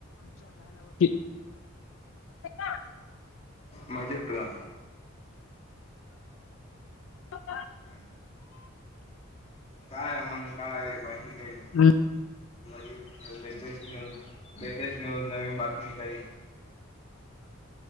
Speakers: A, on the left; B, on the left.
A: ह का
B: मजेत का
A: हो
B: हो का काय मग काय बाकी काय आहे
A: हं.
B: लगेच लेटेस्ट न्यूज लेटेस्ट न्यूज नवीन बातमी काही